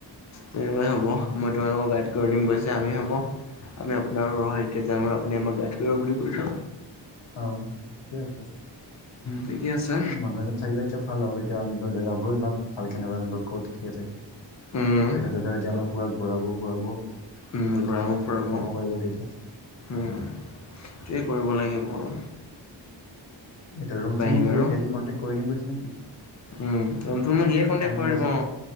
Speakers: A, on the left (about 40°); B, on the left (about 75°).
A: তেনে হব
B: উম,
A: মই তোমালোকক গাইড কৰি দিম কৈছে আমি হব আমি আপোনাৰ সহায়
B: উম,
A: ডাঙৰ আপুনি আমাক গাইড কৰিব বুলি কৈছো
B: অ ঠিকেই আছে
A: ঠিকে আছে
B: মানুহ এজন থাকিলে এতিয়া- ভাল হব এতিয়া আমিতো জেগাবোৰো ইমান ভালকে নাজানো ন ক'ত কি আছে
A: উম
B: তেখেতেতো এতিয়া
A: ক'ত
B: আমাক পুৰা ঘূৰাব-ফুৰাব।
A: উম
B: কত
A: ঘূৰাব
B: কি
A: ফুৰাব
B: দেখাব পাৰিব তেতিয়া
A: উম এইটোৱেই কৰিব লাগিব বাৰু
B: এতিয়া ৰুম চুমো
A: আহিম
B: সিয়ে
A: আৰু
B: চাই দি কনটেক্ট কৰি দিম কৈছ নে কি
A: উম ৰুম চুমো সিয়ে কণ্টেক্ট
B: মেলা
A: কৰি দিব
B: চব
A: অ